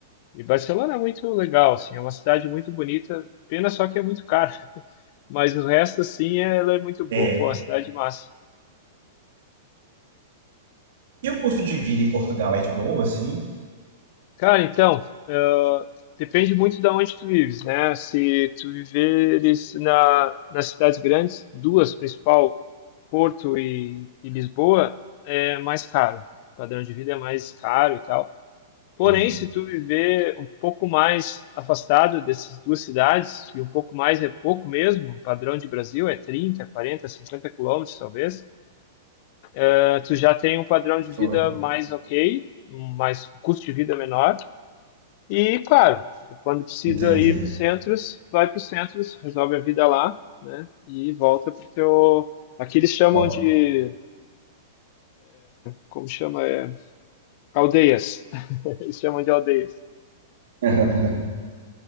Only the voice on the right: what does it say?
É.
E o custo de vida em Portugal é de boa, assim?
Entendi.
Olha.
Entendi.
Ó.
<laughs>